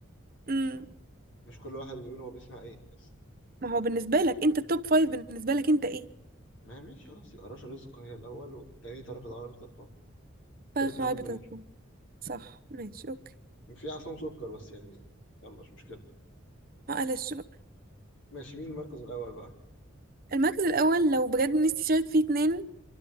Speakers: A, on the right (about 45°); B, on the left (about 65°).
A: امم
B: مش كل واحد بيقول هو بيسمع إيه بس
A: ما هو بالنسبه لك انت التوب فايف بالنسبه لك انت ايه
B: ما هي ماشي خلاص يبقى رشا رزق هي الأول والتاني طارق العربي طرقان التالت
A: فرق
B: محمد
A: عربي
B: منير
A: تركم صح ماشي اوكي
B: في عصام سكر بس يعني يلا مش مشكلة
A: معلش بقى
B: ماشي مين المركز الأول بقى؟
A: المركز الاول لو بجد نفسي اشارك فيه اتنين